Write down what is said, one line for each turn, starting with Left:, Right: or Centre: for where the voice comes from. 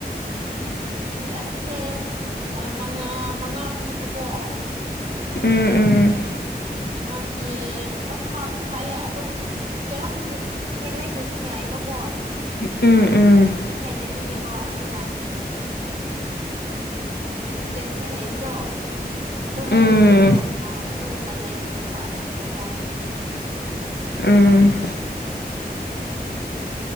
Right: ꯑꯁꯤꯁꯦ ꯃꯉꯥ ꯃꯉꯥ ꯄꯤꯕꯀꯣ
Left: ꯎꯝ ꯎꯝ
Right: ꯉꯉꯥꯕꯤꯌꯦ ꯑꯞ ꯐꯥꯕꯗꯤ ꯐꯩꯌꯦ ꯑꯗꯣ ꯀꯩꯅꯣꯝ ꯍꯦꯜꯂꯩꯗꯁꯨ ꯌꯥꯏꯕꯀꯣ
Left: ꯎꯝ ꯎꯝ
Right: ꯁꯤ ꯍꯦꯟꯅ ꯏꯪꯉꯦꯕꯀ ꯑꯁꯤꯅ ꯁꯇꯦꯟ ꯐꯦꯟ ꯂꯩꯕꯗꯣ ꯑꯗꯣ ꯂꯩꯗꯣꯏꯁꯤꯔꯣ
Left: ꯎꯝ
Right: ꯑꯗꯨ ꯅ ꯂꯩꯕꯅ ꯐꯥꯔꯤꯕꯅꯦꯕ ꯐꯣꯟ
Left: ꯎꯝ